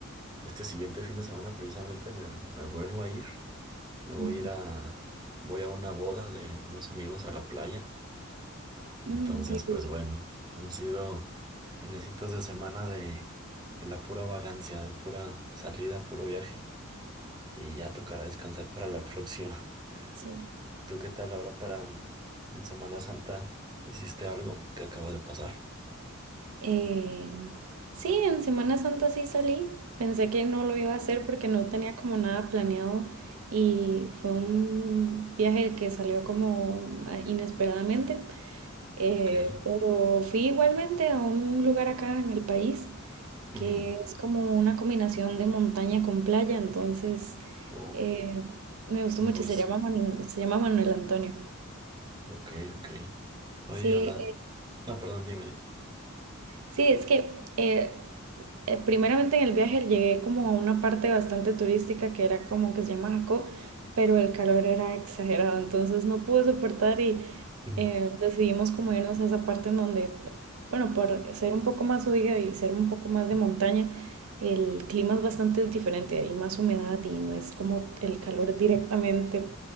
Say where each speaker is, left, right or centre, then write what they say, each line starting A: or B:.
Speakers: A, on the right; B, on the right.
A: este siguiente fin de semana precisamente me, me vuelvo a ir, me voy
B: ujú.
A: a ir a, voy a una boda de unos amigos a la playa, entonces
B: Mm, qué
A: pues
B: cool.
A: bueno, han sido finecitos de semana de, de la pura vagancia, de pura salida, puro viaje y ya tocará descansar para la próxima.
B: Sí.
A: <laughs> ¿Tú qué tal ahora para Semana Santa? ¿Hiciste algo que acaba de pasar?
B: Eh, sí, en Semana Santa sí salí. Pensé que no lo iba a hacer porque no tenía como nada planeado y fue un viaje que salió como ah, inesperadamente. Eh,
A: Ok.
B: pero fui igualmente a un lugar acá en el país que
A: Ujú.
B: es como una combinación de montaña con playa, entonces
A: Oh,
B: eh, me gustó
A: a
B: mucho.
A: gusto.
B: Se llama Manu- se llama Manuel Antonio.
A: Ok, ok. Oye,
B: Sí,
A: hablando. No, perdón, dime, dime.
B: Sí, es que eh, eh, primeramente en el viaje llegué como a una parte bastante turística que era como que se llama Jacó, pero el calor era exagerado, entonces no pude soportar y
A: Ujú.
B: eh, decidimos como irnos a esa parte en donde, bueno, por ser un poco más oiga y ser un poco más de montaña, el clima es bastante diferente, hay más humedad y no es como el calor directamente